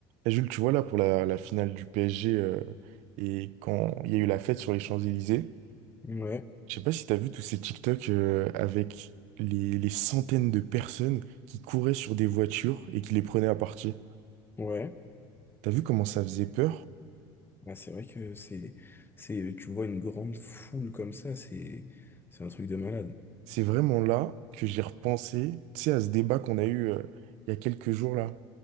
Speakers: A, on the right; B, on the left.
A: Et Jules, tu vois là pour la, la finale du PSG euh, et quand il y a eu la fête sur les Champs-Élysées,
B: Ouais,
A: je sais pas si t'as vu tous ces TikTok euh, avec les, les centaines de personnes qui couraient sur des voitures et qui les prenaient à partie.
B: ouais.
A: T'as vu comment ça faisait peur?
B: Ouais, c'est vrai que c'est, c'est, tu vois une grande foule comme ça, c'est, c'est un truc de malade.
A: C'est vraiment là que j'ai repensé, tu sais, à ce débat qu'on a eu euh, il y a quelques jours là.